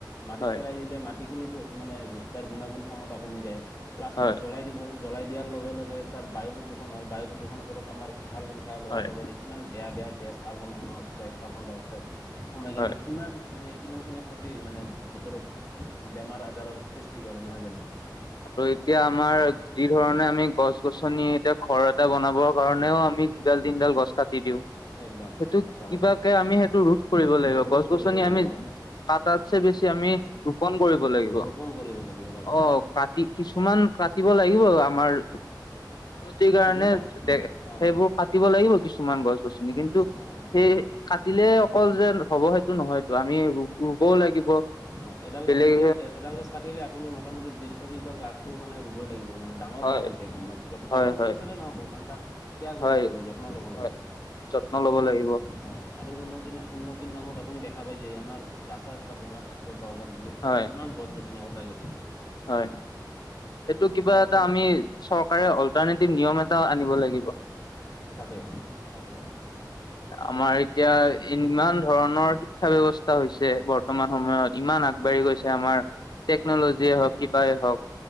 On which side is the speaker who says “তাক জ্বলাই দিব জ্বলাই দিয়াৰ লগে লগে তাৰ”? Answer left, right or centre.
Left